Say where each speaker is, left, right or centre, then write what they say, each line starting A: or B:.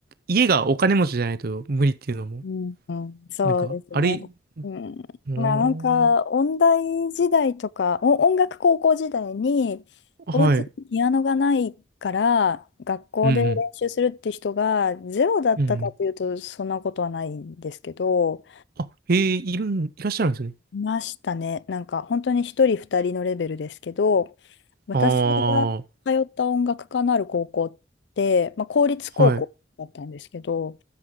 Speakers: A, on the right; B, on the left.
A: 家がお金持ちじゃないと無理っていうのも、
B: うん、うんそうですね。
A: なんか、あれ、
B: うん、
A: お
B: まあなんか音大時代とかお音楽高校時代にお家にピアノがないから学校で練習するって人がゼロだったかというとそんなことはないんですけど
A: ーはい。うんうん。うんあ、へえ、いるん、いらっしゃるんですね。
B: いましたね。なんか本当に一人二人のレベルですけど、私が通
A: ああ、は
B: った音楽科のある高校って、まあ、公立高校だったんですけど、
A: い。